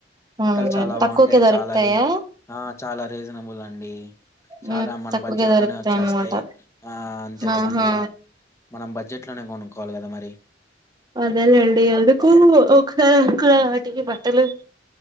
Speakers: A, on the right; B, on the left.
A: ఉహ్
B: చాలా
A: తక్కువకే
B: బావుంటాయి.
A: దొరకుతాయా
B: చాలా రీజన్ ఆ! చాలా రీజనబుల్ అండి చాలా
A: మ్మ్
B: మన
A: తక్కువకే
B: బడ్జెట్
A: దొరుకుతాయి
B: లోనే వచ్చేస్తయి
A: అన్నమాట
B: ఆ అంతే
A: ఆహా
B: కదా మరి మనం బడ్జెట్ లోనే కొనుక్కోవాలి కదా మరి
A: అదేలేండి అందుకు ఒకసారి అక్కడ వాటికి బట్టలు